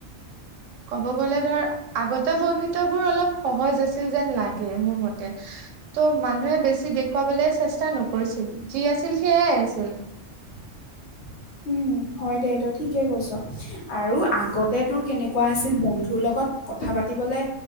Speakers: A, on the right; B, on the left.
A: ক'ব গ'লে ধৰ আগতে বন্ধুত্ব বোৰ অলপ সহজ আছিল যেন লাগে মোৰ মতে। ত' মানুহে বেছি দেখুৱাবলৈ চেষ্টা নকৰিছিল যি আছিল সেয়াই আছিল।
B: <inaudible> উম। হয় দে এইটো কৈছ আৰু আগতে তোৰ কেনেকোৱা আছিল বন্ধু লগত কথা পাতিবলৈ। লে